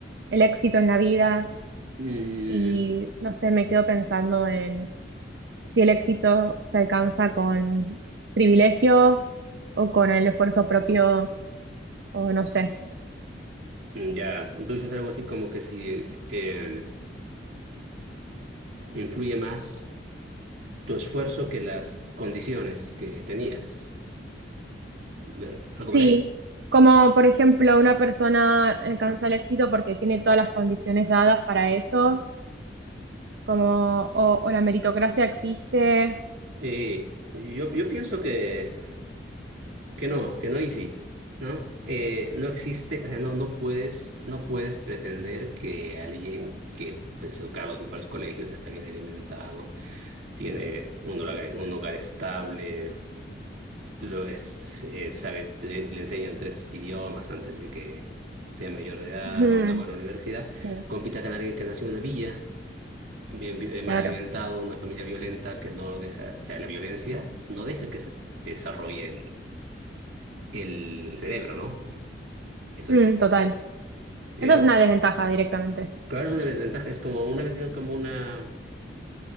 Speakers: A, on the right; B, on the right.
A: el éxito en la vida
B: Mm,
A: y no sé, me quedo pensando en si el éxito se alcanza con privilegios o con el esfuerzo propio o no sé.
B: ya, tú dices algo así como que si eh, influye más tu esfuerzo que las condiciones que tenías. ¿Ver- ¿Algo
A: Sí,
B: por ahí?
A: como por ejemplo una persona alcanza el éxito porque tiene todas las condiciones dadas para eso, como o, o la meritocracia existe.
B: Eh, yo, yo pienso que, que no, que no y sí, ¿no? Eh, no existe, o sea, no, no puedes, no puedes pretender que alguien que pues, se educa a los mejores colegios, está bien alimentado, tiene un hogar, un hogar estable, Lo es, eh, sabe, tre- le enseñan tres idiomas antes de que sea mayor de edad,
A: Ujú,
B: va a una buena universidad,
A: Sí,
B: compita con alguien que nació en una villa, bien vi- eh, mal
A: claro.
B: alimentado, una familia violenta que no deja, o sea, la violencia no deja que se desarrolle el, el cerebro, ¿no? Eso
A: Mm,
B: es,
A: total.
B: ¿ya?
A: Eso es una desventaja directamente.
B: Claro, es una desventaja, es como una vez vieron como una,